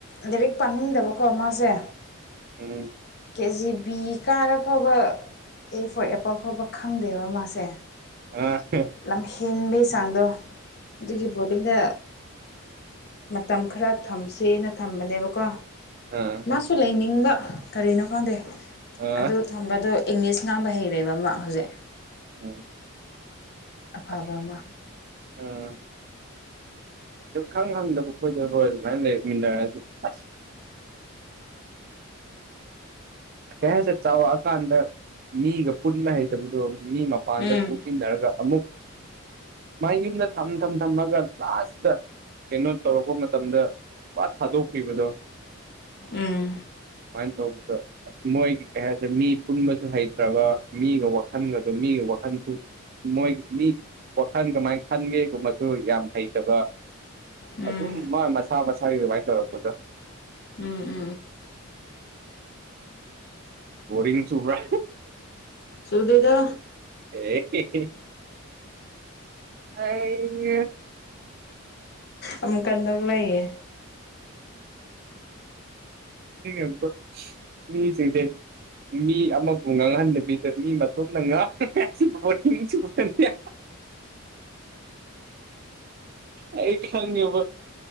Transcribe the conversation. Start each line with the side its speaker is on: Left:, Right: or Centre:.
Left: ꯂꯥꯏꯔꯤꯛ ꯄꯥꯝꯅꯤꯡꯗꯕꯀꯣ ꯃꯥꯁꯦ꯫
Right: ꯎꯝ
Left: ꯀꯦꯖꯤ ꯕꯤ ꯀꯥꯔ ꯐꯥꯎꯕ ꯑꯦ ꯐꯣꯔ ꯑꯦꯄꯜ ꯐꯥꯎꯕ ꯈꯪꯗꯦꯕ ꯃꯥꯁꯦ
Right: ꯑꯥ ꯑꯍ꯫
Left: ꯂꯝ ꯍꯦꯟꯕꯩ ꯆꯥꯡꯗꯣ ꯑꯗꯨꯒꯤꯕꯣ ꯑꯩꯅ ꯃꯇꯝ ꯈꯔ ꯊꯝꯁꯦꯅ ꯊꯝꯕꯅꯦꯕꯀꯣ
Right: ꯑꯥ
Left: ꯃꯥꯁꯨ ꯂꯩꯅꯤꯡꯅ ꯀꯔꯤꯅꯣ ꯈꯟꯗꯦ
Right: ꯑ
Left: ꯑꯗꯨ <unintelligible> ꯗꯣ ꯏꯪꯂꯤꯁ ꯉꯥꯡꯕ ꯍꯩꯔꯦꯕ ꯃꯥ ꯍꯧꯖꯤꯛ
Right: ꯎꯨꯝ
Left: ꯑꯐꯕ
Right: ꯑꯁꯤꯈꯩ
Left: ꯑꯃ
Right: ꯑꯥ ꯁꯨꯈꯪ ꯈꯪꯗꯕ ꯈꯣꯠꯗꯐꯧ ꯑꯗꯨꯃꯥꯏꯅ ꯂꯩꯔꯛꯃꯤꯟꯅꯔꯛꯑꯗꯤ ꯑꯁ꯫ ꯑꯦꯁ ꯑꯦ ꯆꯥꯎꯔꯛꯑꯀꯥꯟꯗ ꯃꯤꯒ ꯄꯨꯟꯕ ꯍꯩꯇꯕꯗꯣ ꯃꯤ ꯃꯥ ꯄꯥꯟꯗ
Left: ꯎꯝ
Right: ꯊꯣꯛꯃꯤꯟꯅꯔꯒ ꯑꯃꯨꯛ ꯁꯨꯃꯥꯏꯅ ꯌꯨꯝꯗ ꯊꯝ ꯊꯝ ꯊꯝꯃꯒ ꯂꯥꯁꯇ ꯀꯩꯅꯣ ꯇꯧꯔꯛꯄ ꯃꯇꯝꯗ ꯋꯥ ꯊꯥꯗꯣꯛꯄꯤꯕꯗꯣ꯫
Left: ꯎꯝ
Right: ꯃꯥꯏ꯭ꯅ ꯇꯧꯕꯗ ꯃꯣꯏꯒꯤ ꯀꯩ ꯍꯥꯏꯁꯦ ꯃꯤ ꯄꯨꯟꯕꯁꯨ ꯍꯩꯇ꯭ꯔꯕ ꯃꯤꯒ ꯋꯥꯈꯜꯒꯗꯨ ꯃꯤꯒ ꯋꯥꯈꯜꯁꯨ ꯃꯣꯏ ꯃꯤ ꯋꯥꯈꯜ ꯀꯃꯥꯏꯅ ꯈꯟꯒꯦꯒꯨꯝꯕꯁꯨ ꯌꯥꯝ ꯍꯩꯇꯕ
Left: ꯎꯝ
Right: ꯑꯗꯨꯝ ꯃꯥ ꯃꯁꯥ ꯃꯁꯥꯒꯤ ꯑꯗꯨꯃꯥꯏꯅ ꯇꯧꯔꯛꯄꯗꯥ
Left: ꯎꯨꯝ ꯎꯨꯝ
Right: ꯕꯣꯔꯤꯡ ꯆꯨꯕ꯭ꯔꯥ
Left: ꯁꯨꯗꯦꯗꯥ꯫
Right: <unintelligible>
Left: ꯑꯃꯨꯛ ꯀꯟꯗ ꯅꯣꯛꯂꯛꯏꯌꯦ꯫
Right: ꯅꯤꯡꯉꯛꯄ ꯃꯤꯁꯤꯡꯁꯦ ꯃꯤ ꯑꯃꯕꯨ ꯉꯥꯡꯍꯟꯗꯕꯤꯗ ꯃꯤ ꯃꯇꯣꯝꯗ ꯉꯥꯡꯕ ꯍꯥꯏꯁꯤ ꯕꯣꯔꯤꯡ ꯆꯨꯒꯅꯤꯌꯦ ꯑꯩ ꯈꯪꯉꯦꯕ